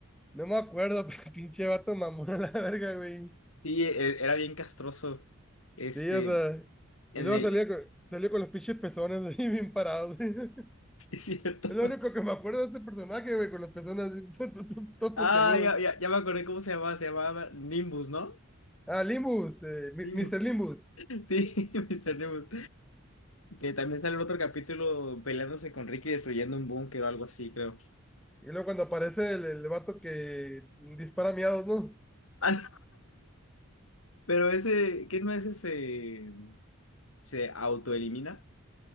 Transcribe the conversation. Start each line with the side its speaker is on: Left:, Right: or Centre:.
Centre: No me acuerdo, <laughs> pero pinche vato mamón a la verga, güey.
Left: Sí, e- era bien castroso. Este.
Centre: Sí, o sea.
Left: En
Centre: Y luego
Left: el.
Centre: salía
Left: <laughs>
Centre: con, salió con los pinches pezones <laughs> así bien parados. <laughs>
Left: Sí, es cierto.
Centre: Es lo único que me acuerdo de ese personaje, güey, con los pezones así, <laughs> to- to- to- todos
Left: Ah,
Centre: puntiagudos.
Left: ya, ya, ya me acordé cómo se llamaba. Se llamaba Nimbus, ¿no?
Centre: Ah, Limbus, eh, mi-
Left: Nimbus.
Centre: Mr. Limbus.
Left: <laughs> Sí, <laughs> Mister Nimbus. Que también sale en otro capítulo peleándose con Ricky destruyendo un búnker o algo así, creo.
Centre: Y luego cuando aparece el, el vato que dispara miados, ¿no?
Left: Ah, no, pero ese. ¿Qué no es ese? se autoelimina.